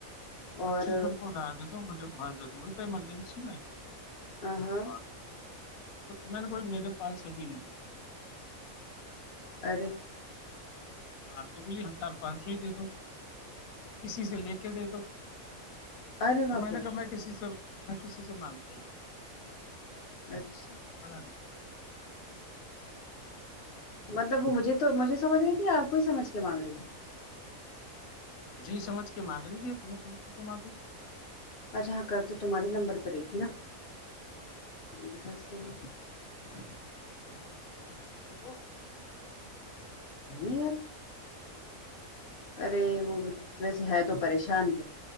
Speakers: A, on the left (about 80°); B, on the left (about 50°).
A: پچیس
B: اور
A: سو روپئے ادھار دے دو مجھے بہت ضرورت ہے ایمرجنسی میں
B: آ ہاں
A: اور میں نے بولا میرے پاس ابھی نہیں ہے
B: ارے
A: ہاں تو بولی ہزار پانچ سو ہی دے دو کسی سے لے کے دے دو
B: ارے
A: تو
B: باپ
A: میں نے
B: رے
A: کہا میں کسی سے میں کسی سے مانگتا ہی نہیں
B: اچھا
A: <unintelligible> ہبنا کر
B: مطلب وہ مجھے تو مجھے سمجھی رہی تھی آپ کو ہی سمجھ کے مانگ رہی تھی
A: مجھے ہی سمجھ کے مانگ رہی تمہیں سمجھے کے کیوں مانگی
B: اچھا ہاں کر تو تمہارے نمبر پہ رہی تھی نا
A: ہاں
B: یہ بھی بات صحیح ہے
A: <unintelligible>
B: <unintelligible> ارے وہ ویسے ہے تو پریشان